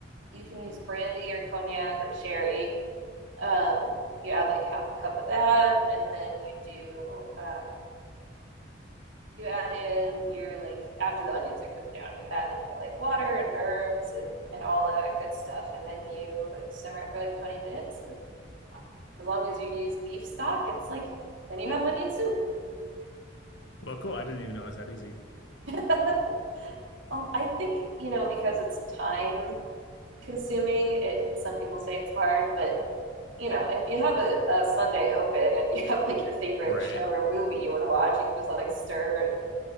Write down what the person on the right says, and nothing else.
you can use brandy or cognac or sherry Um, you add like half a cup of that, and then you do um, you add in your like after the onions are cooked down, you add in your like water and herbs and and all of that good stuff, and then you simmer it for like twenty minutes. And as long as you use beef stock, it's like then you have onion soup.
<laughs> oh, I think you know because it's thyme consuming. It some people say it's hard, but you know, if you have a, a Sunday open and <laughs> you have like your favorite
show or movie you want to watch, you can just like stir and,